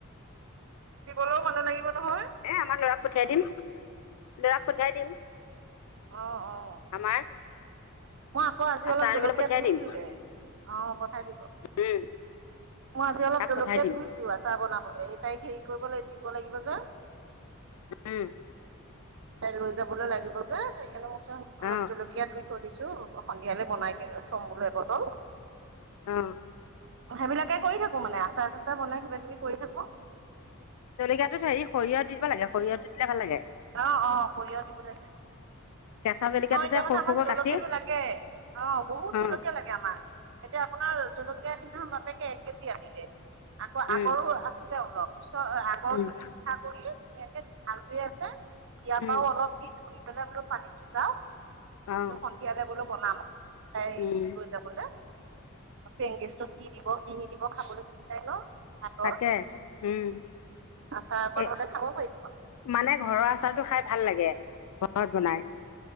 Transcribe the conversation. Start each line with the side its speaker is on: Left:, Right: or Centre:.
Right: দিবলৈও মানুহ লাগিব নহয়।
Left: এ আমাৰ ল'ৰাক পঠিয়াই দিম, ল'ৰাক পঠিয়াই দিম।
Right: অ', অ'।
Left: আমাৰ
Right: মই আকৌ আজি
Left: আচাৰ
Right: অলপ
Left: আনিবলৈ
Right: জলকীয়া
Left: পঠিয়াই
Right: ধুইছো
Left: দিম,
Right: হে, অ' পঠাই দিব।
Left: উম,
Right: মই আজি অলপ
Left: তাক
Right: জলকিয়াত
Left: পঠাই দিম,
Right: ধুইছো আচাৰ বনাবলৈ এই তাইক হেৰি কৰিবলাগিব দিব লাগিব যে।
Left: উম।
Right: তাই লৈ যাবলৈ লাগিব যে সেইকাৰণে মোক চ অলপ
Left: অ',
Right: জলকীয়া ধুই। থৈ দিছো সন্ধিয়ালৈ বনাই থম বোলো এবটল।
Left: উম।
Right: সেইবিলাকে কৰি থাকো মানে আচাৰ ঠাচাৰ বনাই কিবা কিবি কৰি থাকো।
Left: জলকীয়াটোত হেৰি সৰিয়হ দিব লাগে সৰিয়হটো দিলে ভাল লাগে।
Right: অ', অ', সৰিয়হ দিব লাগে।
Left: কেঁচা জলকীয়াটো
Right: নহয় এতিয়া
Left: যে
Right: মানে
Left: সৰু
Right: আমাক
Left: সৰুকৈ
Right: জলকীয়া
Left: কাটি, অ',
Right: টো লাগে অ বহুত
Left: উম,
Right: জলকীয়া লাগে। আমাক এতিয়া আপোনাৰ জলকীয়া খিনিও বাপেকে এক কেজি আনিলে। আকৌ আগৰো
Left: উম,
Right: আছিলে অলপ চ আগৰ
Left: উম,
Right: চা খুৰি ধুনীয়াকে ভাল হৈ আছে ইয়াৰ
Left: উম,
Right: পৰাও অলপ দি শুই পেলাই বোলো পানীতো যাওঁ তাৰপিছত
Left: অ',
Right: সন্ধিয়ালে বোলো বনাম আৰু
Left: উম,
Right: তাই যাবদে পেংগেছত কি দিব কি নিদিব খাবলৈ ঠিক নাই নহ। ভাতৰ
Left: তাকে, উম।
Right: আচাৰ অকণ
Left: এ
Right: হলে খাব পাৰি।
Left: মানে ঘৰৰ আচাৰটো খাই ভাল লাগে ঘৰত বনাই।